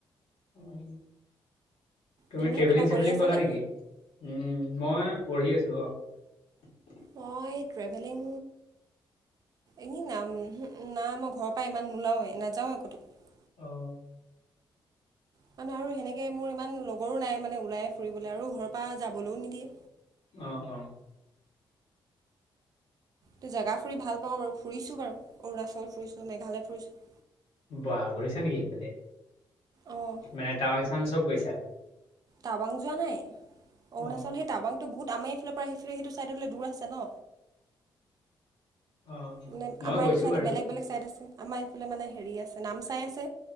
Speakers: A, on the left (about 85°); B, on the right (about 45°).
A: তুমি
B: তুমি
A: ট্ৰেভেলিং
B: কিবা
A: চেভেলিং
B: কৰি আছানে
A: কৰা নেকি উম মই পঢ়ি আছো আৰু।
B: মই ট্ৰেভেলিং এ নাম নাই মই ঘৰৰ পৰা ইমান নোলাওৱে নাযাও একো তোক <unintelligible>
A: অ
B: মানে আৰু সেনেকে মোৰ ইমান লগৰো নাই মানে ওলাই ফুৰিবলৈ আৰু ঘৰৰ পৰা যাবলৈও নিদিয়ে।
A: অ অ
B: ত জেগা ফুৰি ভাল পাওঁ বাৰু ফুৰিছোঁ বাৰু অৰুণাচল ফুৰিছোঁ মেঘালয় ফুৰিছোঁ
A: ব ঘূৰিছা নেকি সেইফালে
B: অঁ
A: মানে টাৱাং চাং চব গৈছা।
B: টাবাং যোৱা নাই
A: অ
B: অৰুণাচল সেই টাবাংতটো বহুত আমি সফালৰ পৰা সেইফালে সেইটো চাইডলৈ দূৰ আছে ন।
A: অ
B: মানে
A: মই
B: আমাৰ
A: গৈছো
B: এইটো চাইডে
A: বাৰু
B: বেলেগ বেলেগ চাইড আছে আমাৰ এইফালে মানে হেৰি আছে ন চাই আছে